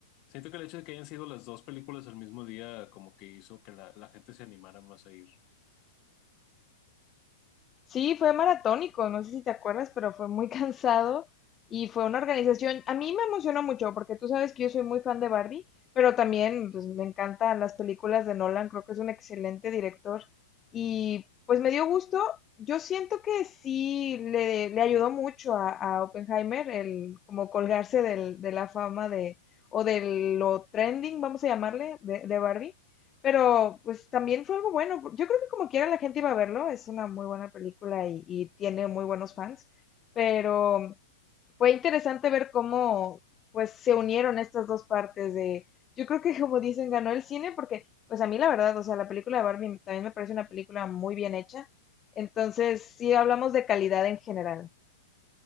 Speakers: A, on the left (about 35°); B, on the left (about 20°).
A: siento que el hecho de que hayan sido las dos películas al mismo día, como que hizo que la, la gente se animara más a ir.
B: Sí, fue maratónico, no sé si te acuerdas, pero fue muy <laughs> cansado y fue una organización. A mí me emocionó mucho porque tú sabes que yo soy muy fan de Barbie, pero también pues, me encantan las películas de Nolan, creo que es un excelente director y pues me dio gusto. Yo siento que sí le, le ayudó mucho a, a Oppenheimer el como colgarse del- de la fama de o de lo trending, vamos a llamarle, de, de Barbie. Pero pues también fue algo bueno. Yo creo que como quiera la gente iba a verlo. Es una muy buena película y, y tiene muy buenos fans. Pero fue interesante ver cómo pues se unieron estas dos partes de... Yo creo que como dicen, ganó el cine porque pues a mí la verdad, o sea, la película de Barbie también me parece una película muy bien hecha. Entonces sí hablamos de calidad en general.